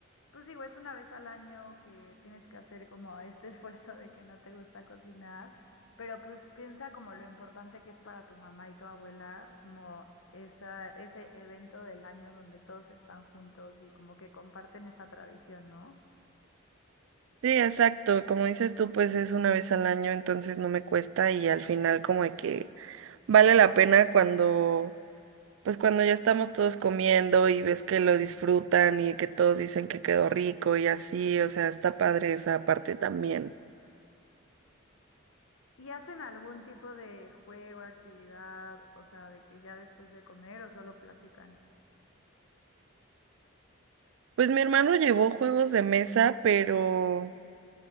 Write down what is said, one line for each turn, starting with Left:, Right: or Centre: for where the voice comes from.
Left: pues digo, es una vez al año que tienes que hacer como este <laughs> esfuerzo de que no te gusta cocinar, pero pues piensa como lo importante que es para tu mamá y tu abuela, como esa, ese evento del año donde todos están juntos y como que comparten esa tradición, ¿no?
Right: Sí, exacto, como dices tú, pues es una vez al año, entonces no me cuesta y al final como de que vale la pena cuando Pues cuando ya estamos todos comiendo y ves que lo disfrutan y que todos dicen que quedó rico y así, o sea, está padre esa parte también.
Left: ¿Y hacen algún tipo de juego, actividad, o sea, de que ya después de comer o solo platican?
Right: Pues mi hermano llevó juegos de mesa, pero...